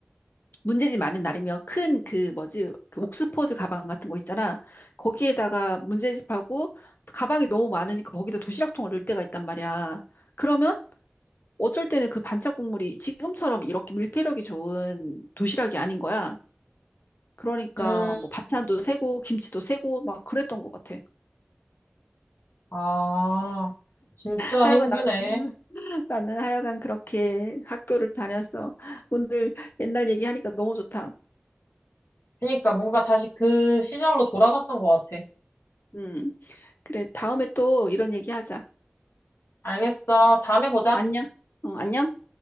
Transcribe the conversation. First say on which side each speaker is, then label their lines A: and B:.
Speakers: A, on the left (about 60°); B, on the left (about 80°).
A: 문제집 많은 날이면 큰 그 뭐지 그 옥스포드 가방 같은 거 있잖아. 거기에다가 문제집하고 가방이 너무 많으니까 거기다 도시락통을 넣을 때가 있단 말이야. 그러면 어쩔 때는 그 반찬 국물이 지금처럼 이렇게 밀폐력이 좋은 도시락이 아닌 거야. 그러니까
B: 음,
A: 뭐 반찬도 새고 김치도 새고 막 그랬던 것 같아.
B: 아, 진짜
A: 하여간
B: 힘드네.
A: 나는 <laughs> 나는 하여간 그렇게 학교를 다녔어. 오늘 옛날 얘기하니까 너무 좋다.
B: 그러니까 뭔가 다시 그 시절로 돌아갔던 것 같아.
A: 음. 그래 다음에 또 이런 얘기하자.
B: 알겠어. 다음에 보자.
A: 안녕. 어, 안녕.